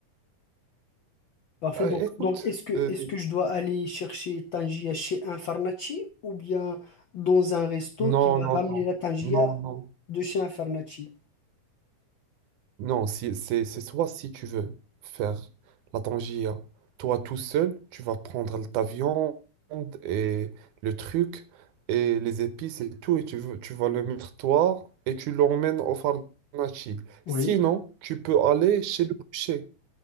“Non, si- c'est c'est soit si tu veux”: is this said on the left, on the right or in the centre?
Right